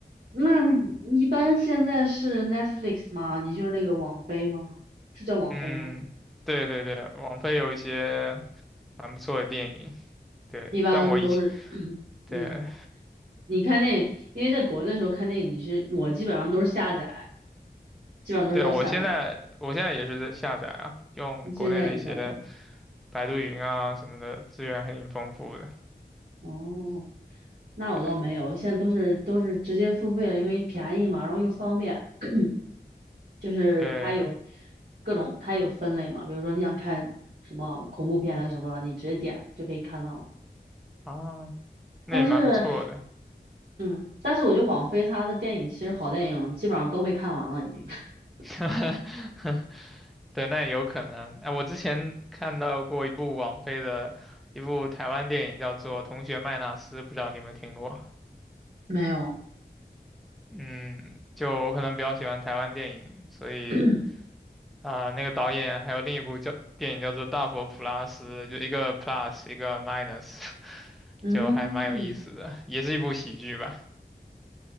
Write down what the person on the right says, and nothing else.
那一般现在是 Netflix 吗？你就是那个网飞吗？是叫网飞吗？
一般都是，
<clears throat>
嗯，你看电影，因为在国内的时候看电影，你是我基本上都是下载，基本上都是要下载。
你现在也得下载？
哦，那我倒没有，
现在都是都是直接付费了，因为便宜嘛，然后又方便。<clears throat> 就是它有
各种，它有分类嘛，比如说你想看什么恐怖片还是什么的，你直接点就可以看到。
但是，嗯，但是我觉得网飞它的电影其实好电影基本上都被看完了，已经 <laughs>
没有。
<clears throat>
嗯，